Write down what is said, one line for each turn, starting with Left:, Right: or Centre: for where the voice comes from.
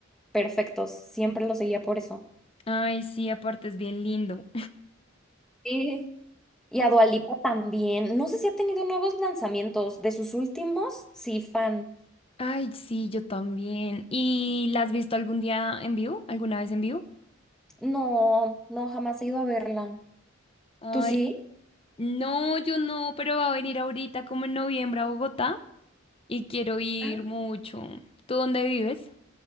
Centre: perfectos, siempre lo seguía por eso.
Left: Ay, sí, aparte es bien lindo.
Centre: Sí. Y a Dua Lipa también. No sé si ha tenido nuevos lanzamientos. De sus últimos, sí, fan.
Left: <laughs> Ay, sí, yo también. ¿Y la has visto algún día en vivo? ¿Alguna vez en vivo?
Centre: No, no, jamás he ido a verla.
Left: Ay,
Centre: ¿Tú sí?
Left: No, yo no, pero va a venir ahorita como en noviembre a Bogotá y quiero ir
Centre: Ah,
Left: mucho. ¿Tú dónde vives?